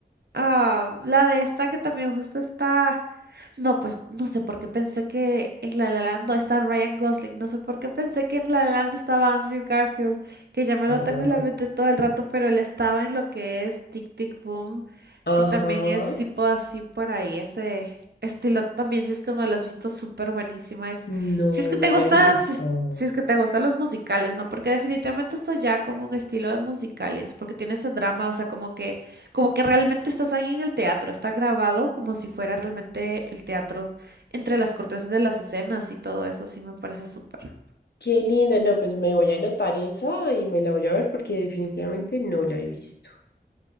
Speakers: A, on the right; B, on the left.
A: ah, la de esta que también justo está. No, pues no sé por qué pensé que en La La Land no está Ryan Gosling, no sé por qué pensé que en La La Land estaba Andrew Garfield, que ya me
B: Ah,
A: lo tengo en la mente todo el rato, pero él estaba en lo que es Tic Tic Boom,
B: ajá.
A: que también es tipo así por ahí, ese estilo también, si es que no lo has visto, súper buenísima, es,
B: No,
A: si es que
B: no
A: te gusta,
B: la he visto.
A: si es, si es que te gustan los musicales, ¿no? Porque definitivamente esto ya como un estilo de musicales, porque tiene ese drama, o sea, como que como que realmente estás ahí en el teatro, está grabado como si fuera realmente el teatro entre las cortesas de las escenas y todo eso, sí me parece súper.
B: Qué linda. No, pues me voy a anotar esa y me la voy a ver porque definitivamente no la he visto.